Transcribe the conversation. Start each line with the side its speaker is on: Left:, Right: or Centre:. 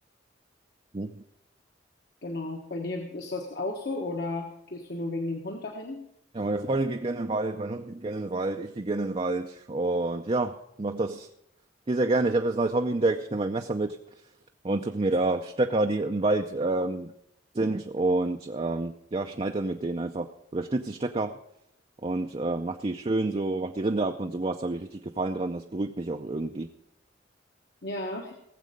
Right: Hm?
Left: Genau. Bei dir ist das auch so oder gehst du nur wegen dem Hund dahin?
Right: Ja, meine Freundin geht gerne in den Wald, mein Hund geht gerne in den Wald, ich gehe gerne in den Wald. Und ja, mach das. Gehe sehr gerne. Ich habe jetzt ein neues Hobby entdeckt. Ich nehme mein Messer mit und suche mir da Stöcker, die im Wald ähm, sind. Und ähm, ja, schneide dann mit denen einfach. Oder schnitz die Stöcker und äh, mach die schön so, mach die Rinde ab und sowas. Da habe ich richtig Gefallen dran. Das beruhigt mich auch irgendwie.
Left: Ja, <laughs>